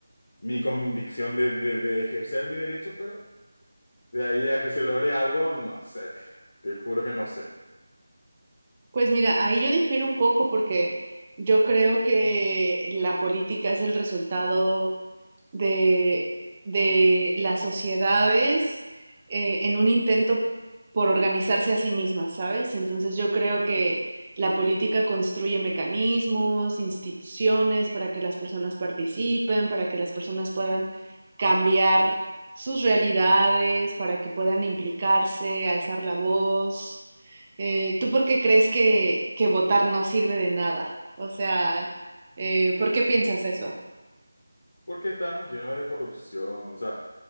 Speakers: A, on the left; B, on the right.
A: mi convicción de, de, de ejercer mi derecho, pero de ahí a que se logre algo, no sé, te juro que no sé.
B: Pues mira, ahí yo difiero un poco porque yo creo que la política es el resultado de, de las sociedades eh, en un intento por organizarse a sí mismas, ¿sabes? Entonces yo creo que la política construye mecanismos, instituciones para que las personas participen, para que las personas puedan cambiar sus realidades, para que puedan implicarse, alzar la voz. Eh, ¿tú por qué crees que, que votar no sirve de nada? O sea, eh, ¿por qué piensas eso?
A: Porque estamos llenos de corrupción, o sea,